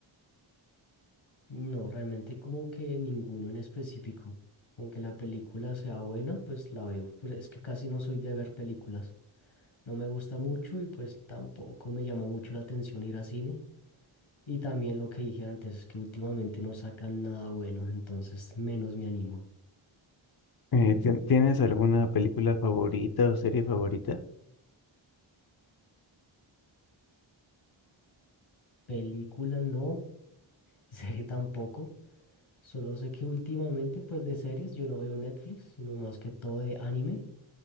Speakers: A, on the left; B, on the left.
A: No, realmente como que ninguno en específico. Aunque la película sea buena, pues la veo. Pero es que casi no soy de ver películas. No me gusta mucho y pues tampoco me llama mucho la atención ir a cine. Y también lo que dije antes, que últimamente no sacan nada bueno, entonces menos me animo.
B: Eh, ¿tien- ¿tienes alguna película favorita o serie favorita?
A: Película no, <laughs> serie tampoco. Solo sé que últimamente, pues de series, yo no veo Netflix, sino más que todo de anime.